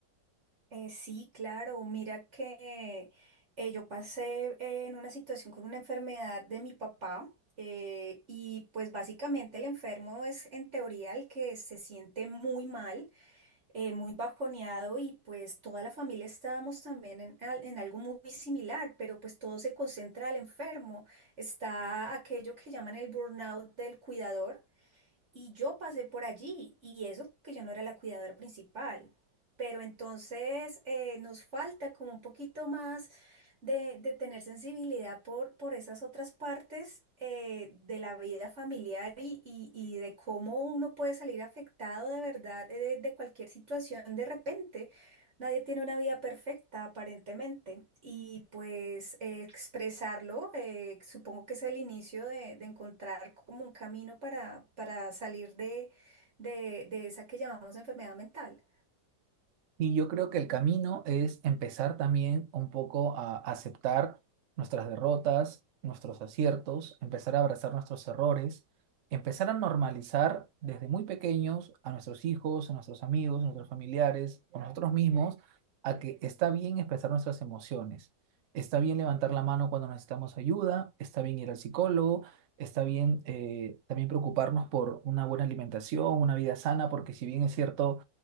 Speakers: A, on the right; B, on the right.
A: Eh, sí, claro. Mira que eh, yo pasé eh, en una situación con una enfermedad de mi papá eh, y pues básicamente el enfermo es en teoría el que se siente muy mal, eh, muy bajoneado y pues toda la familia estábamos también en, al- en algo muy similar, pero pues todo se concentra al enfermo. Está aquello que llaman el burnout del cuidador y yo pasé por allí, y eso que yo no era la cuidadora principal. Pero entonces eh, nos falta como un poquito más de, de tener sensibilidad por, por esas otras partes eh, de la vida familiar y, y- y de cómo uno puede salir afectado de verdad eh, de, de cualquier situación de repente. Nadie tiene una vida perfecta, aparentemente, y pues eh, expresarlo, eh, supongo que es el inicio de, de encontrar como un camino para, para salir de, de, de esa que llamamos enfermedad mental.
B: Y yo creo que el camino es empezar también un poco a aceptar nuestras derrotas, nuestros aciertos, empezar a abrazar nuestros errores, empezar a normalizar desde muy pequeños a nuestros hijos, a nuestros amigos, a nuestros familiares, a nosotros mismos, a que está bien expresar nuestras emociones, está bien levantar la mano cuando necesitamos ayuda, está bien ir al psicólogo, está bien eh, también preocuparnos por una buena alimentación, una vida sana, porque si bien es cierto